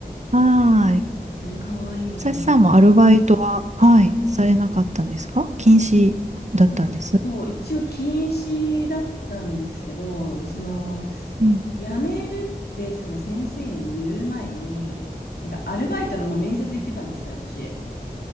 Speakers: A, on the right; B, on the left.
A: <laughs> はーい。
B: あ、それかわいいな。
A: さしさんもアルバイトは、
B: うん
A: はい、されなかったんですか禁止だったんです。
B: そうそう、一応禁止だったんですけど、その、
A: うん。
B: 辞めるって、その先生に言う前に、なんかアルバイトのもう面接行ってたんですね、私。